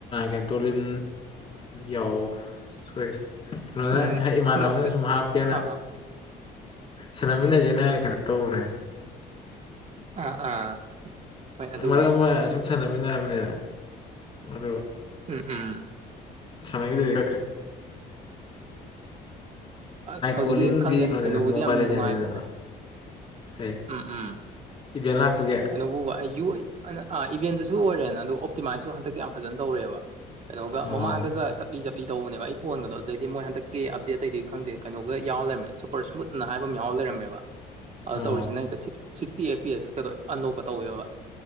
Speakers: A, on the left; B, on the right.
A: ꯀꯦꯟꯇ꯭ꯔꯣꯂꯤꯟ ꯌꯥꯎ ꯁꯣꯏꯒ꯭ꯔꯦ ꯀꯩꯅꯣꯅ
B: ꯎꯝ
A: ꯏꯃꯥꯟꯅꯕꯅ
B: ꯅꯠꯇꯦ
A: ꯁꯨꯝ ꯍꯥꯞꯀꯦꯅ
B: ꯑꯥ
A: ꯁꯥꯟꯅꯃꯤꯟꯅꯁꯤꯦꯅ ꯀꯩꯅꯣ ꯇꯧꯧꯕꯅꯦ
B: ꯑꯥ ꯑꯥ ꯍꯣꯏ
A: ꯍ
B: ꯑꯗꯨꯕꯨꯗꯤ
A: ꯃꯔꯛ ꯑꯃ ꯑ ꯁꯨꯝ ꯁꯥꯟꯅꯃꯤꯟꯅꯔꯝꯃꯦ ꯑꯗꯨꯒ
B: ꯎꯝ ꯎꯝ
A: ꯆꯉꯗꯈ꯭ꯔꯦ
B: ꯑꯁ ꯍꯧꯖꯤꯛꯀꯤ
A: ꯀꯣꯂꯤꯡꯗꯤ
B: ꯈꯪꯗꯦ
A: ꯀꯩꯅꯣꯗꯅ
B: ꯀꯩꯅꯣꯕꯨꯗꯤ
A: ꯃꯣꯕꯥꯏꯜ
B: ꯌꯥꯝ
A: ꯂꯦꯖꯦꯟꯗꯅ
B: ꯅꯨꯡꯉꯥꯏ ꯈꯜꯂꯦ
A: ꯀꯩ
B: ꯎꯝ ꯎꯝ
A: ꯏꯚꯦꯟ ꯂꯥꯛꯄꯒꯤ
B: ꯀꯩꯅꯣꯕꯨ ꯋꯥ ꯌ ꯑ ꯑꯥ ꯏꯚꯦꯟꯗꯁꯨ ꯑꯣꯏꯔꯦꯅ ꯑꯣ ꯑꯣꯞꯇꯤꯃꯥꯏꯖꯁꯨ ꯍꯟꯗꯛꯇꯤ ꯌꯥꯝ ꯐꯖꯅ ꯇꯧꯔꯦꯕ ꯀꯩꯅꯣꯒ
A: ꯑꯣ
B: ꯃꯃꯥꯡꯗꯒ ꯆꯠꯂꯤ ꯆꯠ ꯂꯤ ꯇꯧꯕꯅꯦꯕ ꯑꯩ ꯐꯣꯟꯒꯗꯣ ꯑꯗꯨꯗꯩꯗꯤ ꯃꯣꯏ ꯍꯟꯗꯛꯀꯤꯞꯦꯇꯩꯗꯤ ꯈꯪꯗꯦ ꯀꯩꯅꯣꯒ ꯌꯥꯎꯔꯃꯦ ꯁꯨꯄꯔ ꯁ꯭ꯃꯨꯠꯅ ꯍꯥꯏꯕ ꯑꯃ ꯌꯥꯎꯔ ꯀꯗꯔꯝꯕ
A: ꯑꯣ
B: ꯇꯧꯔꯤꯁꯤꯅ ꯍꯦꯛꯇꯛ ꯁꯤꯛꯁꯇꯤ ꯑꯦ ꯄꯤ ꯑꯦꯁꯀꯗꯣꯏ ꯑꯟꯗꯣꯛꯀ ꯇꯧꯋꯦꯕ